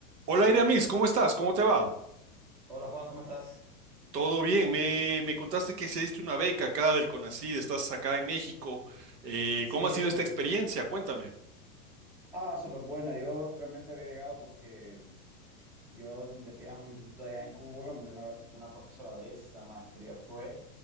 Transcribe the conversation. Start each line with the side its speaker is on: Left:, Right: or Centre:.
Right: Hola Iramis, ¿cómo estás? ¿Cómo te va?
Centre: Hola Juan, ¿cómo estás?
Right: Todo bien, me, me contaste que diste una beca acá del CONACYT, estás acá en México. Eh,
Centre: Sí,
Right: ¿cómo ha sido
Centre: estoy.
Right: esta experiencia? Cuéntame.
Centre: Ah, súper buena. Yo realmente había llegado porque yo investigaba en un instituto allá en Cuba, donde una vez una profesora de esa maestría fue